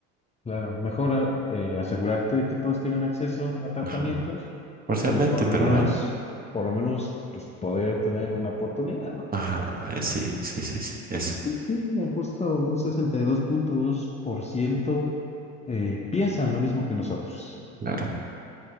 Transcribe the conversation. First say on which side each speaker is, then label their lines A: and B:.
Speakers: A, on the left; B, on the right.
A: Claro, mejor a- eh, asegurarte de que todos tengan acceso a tratamientos
B: ajá, parcialmente,
A: y por lo
B: pero
A: menos,
B: bueno.
A: por lo menos, pues poder tener una oportunidad, ¿no?
B: Ajá, eh, sí, sí, sí, sí, es,
A: Y sí, mira, justo un 62.2% eh, piensan lo mismo que nosotros.
B: claro.